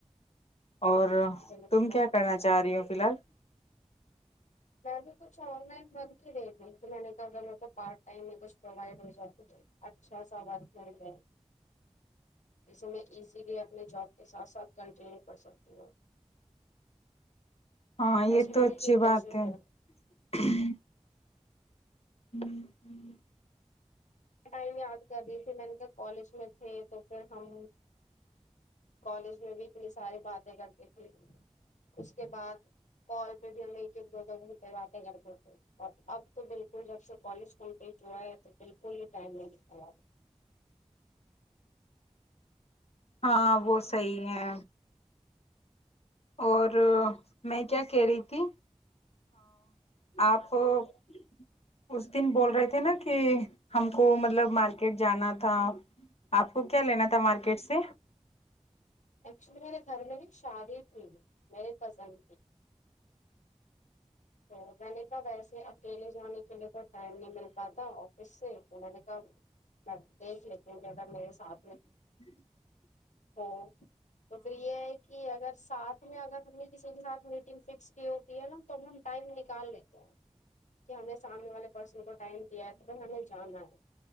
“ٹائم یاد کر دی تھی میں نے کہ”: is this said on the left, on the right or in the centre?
Left